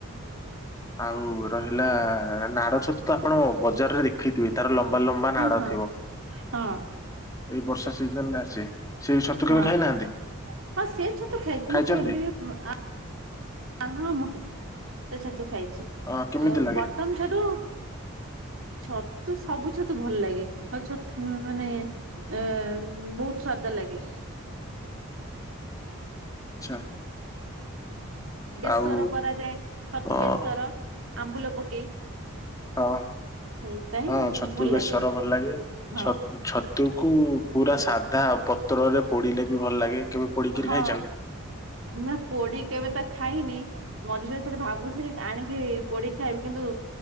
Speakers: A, on the left (about 15°); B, on the right (about 65°).
A: ଆଉ ରହିଲା-ଆ ନାଡ ଛତୁ ତ ଆପଣ ବଜାରରେ ଦେଖିଥିବେ। ତାର ଲମ୍ବା ଲମ୍ବା ନାଡ
B: ହଁ ହଁ
A: ଥିବ।
B: ହଁ
A: ଏଇ ବର୍ଷା ସିଜନରେ ଆସେ। ସେଇ ଛତୁ କେବେ
B: ହଁ।
A: ଖାଇନାହାନ୍ତି
B: ହଁ ସେ ଛତୁ ଖାଇଚି
A: ଖାଇଛନ୍ତି
B: ମୁଁ କହିଲି ଯେ ଆ ହଁ ମୁଁ କ <unintelligible> ଛତୁ ଖାଇଛି।
A: ଅ କେମିତି ଲାଗେ?
B: ବଟନ ଛତୁ ଛତୁ ତ ସବୁ ଛତୁ ଭଲ ଲାଗେ ଆଉ ଛ ମାନେ ଏ-ଉଁ ବହୁତ ସ୍ୱାଦ ଲାଗେ।
A: ଆଚ୍ଛା।
B: ବେସର
A: ଆଉ
B: କରାଯାଏ। ଛତୁ
A: ହଁ।
B: ବେସର ଆମ୍ବୁଲ ପକେଇ।
A: ହଁ।
B: ସେଇଥିପାଇଁ
A: ହଁ ଛତୁ
B: ଭଲ
A: ବେସର
B: ଲାଗେ
A: ଭଲ ଲାଗେ।
B: ହଁ
A: ଛ- ଛ ତୁକୁ ପୁରା ସାଧା ପତ୍ରରେ ପୋଡିଲେ ବି ଭଲ ଲାଗେ। କେବେ ପୋଡିକିରି
B: ହଁ
A: ଖାଇଛନ୍ତି?
B: ନା ପୋଡି କେବେ ତ ଖାଇନି ମଝିରେ ଥରେ ଭାବୁଥିଲି ଆଣିକି ପୋଡିକି ଖାଇବି କିନ୍ତୁ